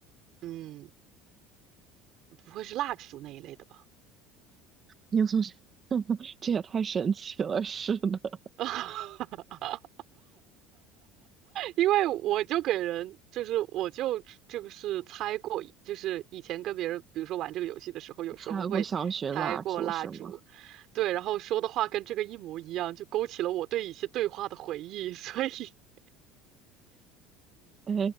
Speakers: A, on the right; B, on the right.
A: 嗯，不会是蜡烛那一类的吧？
B: 因为 <laughs> 这也太神奇了，是的。
A: <laughs> 因为我就给人，就是我就这个是猜过，就是以前跟别人，比如说玩这个游戏的时候，有时候会猜过蜡烛，
B: 猜过香薰蜡烛是吗？
A: 对，然后说的话跟这个一模一样，就勾起了我对一些对话的回忆，所以 <laughs>
B: 哎，